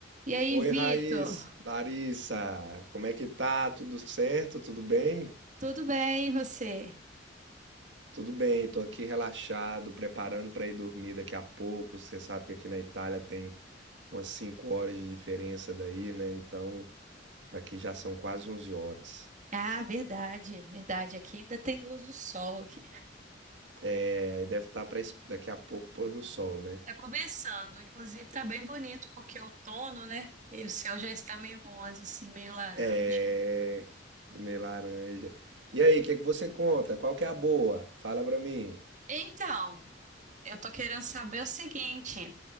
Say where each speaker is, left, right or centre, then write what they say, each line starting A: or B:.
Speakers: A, on the right (about 45°); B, on the right (about 75°).
A: E aí,
B: Oi,
A: Vitor?
B: Raiz, Larissa, como é que tá? Tudo certo? Tudo bem?
A: Tudo bem, e você?
B: Tudo bem, tô aqui relaxado, preparando pra ir dormir daqui a pouco. Você sabe que aqui na Itália tem umas 5 horas de diferença daí, né? Então, aqui já são quase 11 horas.
A: Ah, verdade, verdade. Aqui ainda tem luz do sol aqui.
B: É, aí deve estar para daqui a pouco pôr do sol, né?
A: Tá começando, inclusive tá bem bonito porque é outono, né? E o céu já está meio rosa, assim, meio laranja.
B: É, meio laranja. E aí, o que que você conta? Qual que é a boa? Fala pra mim.
A: Então, eu tô querendo saber o seguinte: